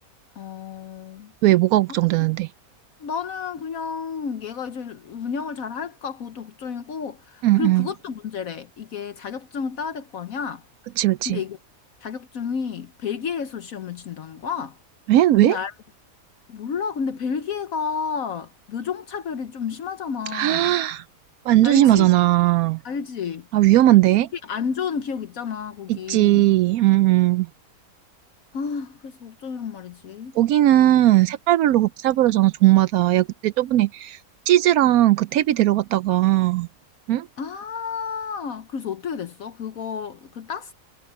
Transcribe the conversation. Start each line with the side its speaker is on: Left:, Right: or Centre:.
Left: 어,
Right: 왜 뭐가 걱정되는데?
Left: 아, 나는 그냥 얘가 이제 운영을 잘 할까 그것도 걱정이고
Right: 응응.
Left: 그리고 그것도 문제래. 이게 자격증을 따야 될 거 아니야?
Right: 그치, 그치.
Left: 근데 이게 자격증이 벨기에에서 시험을 친다는 거야?
Right: 왜? 왜?
Left: 근데 알, 몰라. 근데 벨기에가 묘종차별이 좀 심하잖아.
Right: <gasps> 아, 완전
Left: 알지?
Right: 심하잖아.
Left: 알지?
Right: 아, 위험한데?
Left: 되게 안 좋은 기억 있잖아, 거기.
Right: 있지. 응응.
Left: 아, 그래서 걱정이란 말이지.
Right: 거기는 색깔별로 곱차별하잖아 종마다. 야, 그때 저번에 치즈랑 그 탭이 데려갔다가, 응?
Left: 아, 그래서 어떻게 됐어? 그거, 그 땄어?